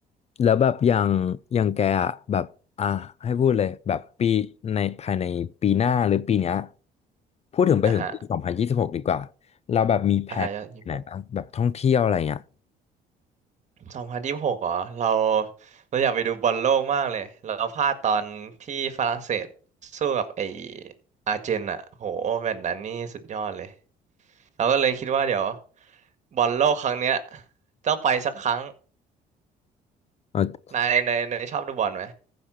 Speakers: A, on the left; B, on the right.
A: แล้วแบบอย่างอย่างแกอะแบบอ่ะให้พูดเลยแบบปีในภายในปีหน้าหรือปีเนี้ยพูดถึงไปถึงปีสองพันยี่สิบหกดีกว่า
B: อ่ะฮะ
A: เราแบบมีแผนไหนนะแบบท่องเที่ยวอะไรเงี้ย
B: อ่ะฮะยี่สิบหกสองพันยี่สิบหกเหรอเราเราอยากไปดูบอลโลกมากเลยเราพลาดตอนที่ฝรั่งเศสสู้กับไออาร์เจนอ่ะโหแมตช์นั้นนี่สุดยอดเลยเราก็เลยคิดว่าเดี๋ยวบอลโลกครั้งเนี้ยต้องไปสักครั้ง
A: เออ
B: นายนายนายชอบดูบอลไหม